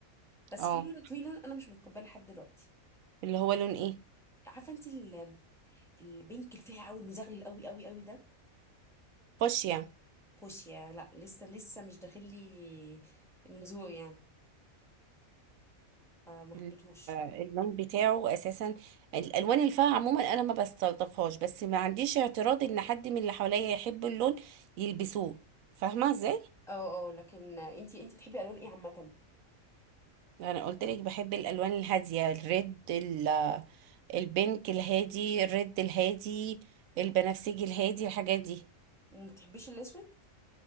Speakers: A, in the centre; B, on the right.
A: بس
B: اه
A: في لون في لون انا مش متقبله لحد دلوقتي
B: اللي هو لون ايه
A: عارفه انت ال- البينك الفاقع قوي المزغلل قوي قوي قوي ده
B: فوشيا
A: فوشيا لا لسه لسه مش داخل لي من ذوق يعني فما حبيتهوش
B: ال- آه،
A: لا
B: اللون بتاعه اساسا الالوان الفاقعه عموما انا ما بستلطفهاش بس ما عنديش اعتراض ان حد من اللي حواليا يحب اللون يلبسوه فاهمه ازاي
A: اه اه لكن انت انت بتحبي الوان ايه عامه
B: انا قلت لك بحب الالوان الهاديه الريد ال- البينك الهادي الريد الهادي البنفسجي الهادي الحاجات دي
A: وما بتحبيش الاسود